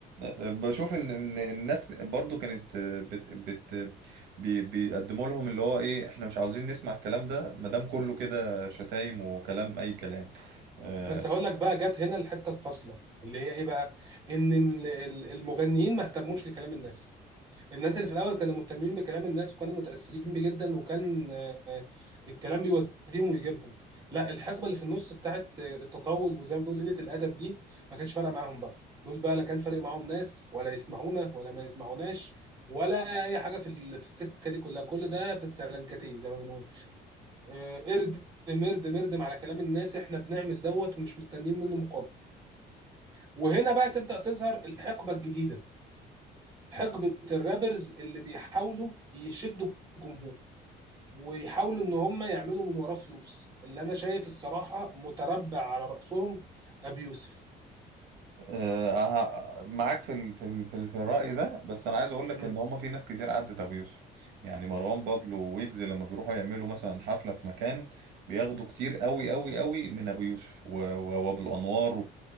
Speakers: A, on the right; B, on the right.
A: بشوف ان ان الناس برضو كانت بت بت بي بيقدموا لهم اللي هو ايه احنا مش عاوزين نسمع الكلام ده ما دام كله كده شتايم وكلام اي كلام آه،
B: بس هقول لك بقى جت هنا الحته الفاصله اللي هي ايه بقى ان ال- ال- المغنيين ما اهتموش لكلام الناس الناس اللي في الاول كانوا مهتمين بكلام الناس وكانوا متاثرين بيه جدا وكان آه، آه، الكلام بيوديهم ويجيبهم لا الحقبه اللي في النص بتاعت آه، التطول وزي ما بنقول قله الادب دي ما كانش فارقه معاهم بقى دول بقى لا كان فارق معاهم ناس ولا يسمعونا ولا ما يسمعوناش ولا اي حاجه في ال- في السكه دي كلها كل ده في السلنكتيه زي ما بنقول آه، اردم اردم اردم على كلام الناس احنا بنعمل دوت ومش مستنيين منه مقابل وهنا بقى تبدأ تظهر الحقبة الجديدة حقبة الرابرز اللي بيحاولوا يشدوا الجمهور ويحاولوا ان هم يعملوا من وراه فلوس اللي انا شايف الصراحة متربع على رأسهم ابي يوسف
A: آه، معاك في ال في ال في, ال في الرأي ده بس انا عايز اقول لك
B: مم.
A: ان هم في ناس كتير عدت ابو يوسف يعني مروان بابلو ويجز لما بيروحوا يعملوا مثلا حفلة في مكان بياخدوا كتير قوي قوي قوي من ابو يوسف و- و- وابو انوار